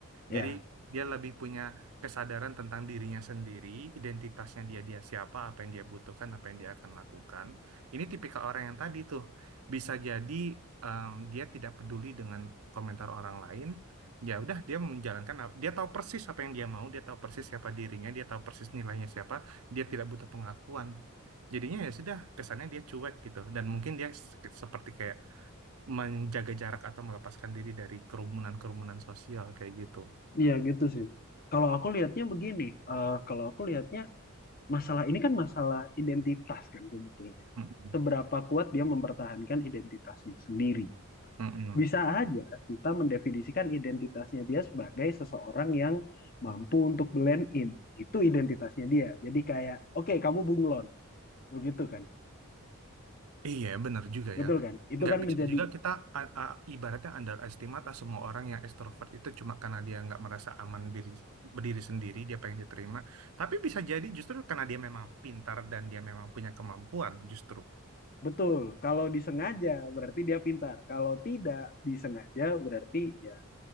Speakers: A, on the left; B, on the right.
A: Ya.
B: Jadi dia lebih punya kesadaran tentang dirinya sendiri, identitasnya dia dia siapa, apa yang dia butuhkan, apa yang dia akan lakukan. Ini tipikal orang yang tadi tuh bisa jadi em, dia tidak peduli dengan komentar orang lain. Ya udah dia menjalankan ap- dia tahu persis apa yang dia mau, dia tahu persis siapa dirinya, dia tahu persis nilainya siapa, dia tidak butuh pengakuan. Jadinya ya sudah kesannya dia cuek gitu dan mungkin dia se- seperti kayak menjaga jarak atau melepaskan diri dari kerumunan-kerumunan sosial kayak gitu.
A: Iya gitu sih. Kalau aku lihatnya begini, eh kalau aku lihatnya masalah ini kan masalah identitas kan sebetulnya.
B: Mm-mm.
A: Seberapa kuat dia mempertahankan identitasnya sendiri.
B: Mm-mm.
A: Bisa aja kita mendefinisikan identitasnya dia sebagai seseorang yang mampu untuk blend in. Itu identitasnya dia. Jadi kayak, oke kamu bunglon, begitu kan?
B: Iya, benar juga
A: Betul
B: ya.
A: kan? Itu
B: Nggak
A: kan
B: Iya. bisa
A: menjadi
B: juga kita a- a- ibaratnya underestimate lah semua orang yang ekstrovert itu cuma karena dia nggak merasa aman diri berdiri sendiri, dia pengen diterima. Tapi bisa jadi justru karena dia memang pintar dan dia memang punya kemampuan justru
A: betul. Kalau disengaja berarti dia pintar. Kalau tidak disengaja berarti ya